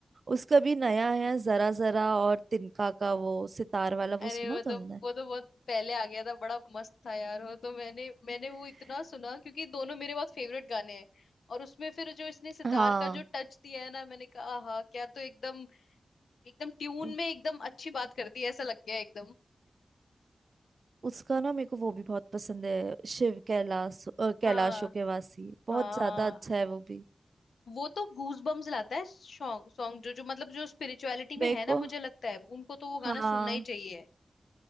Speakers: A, on the right (about 55°); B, on the left (about 85°).
A: उसका भी नया है जरा जरा और तिनका का वो सितार वाला
B: अरे
A: वो सुना
B: वो
A: तुमने
B: तो वो तो बहुत पहले आ गया था बड़ा मस्त था यार वो तो मैंने मैंने
A: <laughs>
B: वो इतना सुना क्योंकि दोनों मेरे बहुत फेवरेट गाने हैं और उसमें फिर जो इसने सितार
A: हाँ
B: का जो टच दिया है ना मैंने कहा हाँ क्या तो एकदम एकदम ट्यून
A: उ-
B: में एकदम अच्छी बात करती है ऐसा लग गया एकदम
A: उसका ना मेरे को वो भी बहुत पसंद है शिव कैलाश अ,
B: हाँ
A: कैलाशो के वासी बहुत
B: हाँ
A: ज्यादा अच्छा है वो भी
B: वो तो गूज बम्स लाता है सॉन्ग सॉन्ग जो जो मतलब जो स्पिरिचुअलिटी
A: मेरे
B: में है ना
A: को
B: मुझे लगता है उनको तो वो
A: हाँ
B: गाना सुनना ही चाहिए